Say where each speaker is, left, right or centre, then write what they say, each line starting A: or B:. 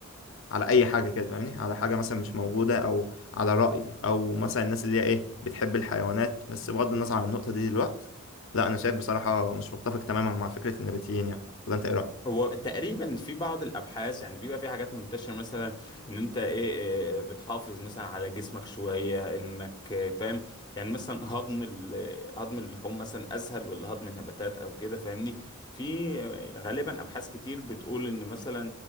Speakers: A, on the left; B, on the left.
A: على اي حاجه كده فاهمني على حاجه مثلا مش موجوده او على راي او مثلا الناس اللي هي ايه بتحب الحيوانات بس بغض النظر عن النقطه دي دلوقتي لا انا شايف بصراحه مش متفق تماما مع فكره النباتيين يعني ولا انت ايه رايك
B: هو تقريبا في بعض الابحاث يعني بيبقى في حاجات منتشره مثلا ان انت ايه إيه، بتحافظ مثلا على جسمك شويه انك إيه، فاهم يعني مثلا هضم ال- هضم اللحوم مثلا اسهل ولا هضم النباتات او كده فاهمني في غالبا ابحاث كتير بتقول ان مثلا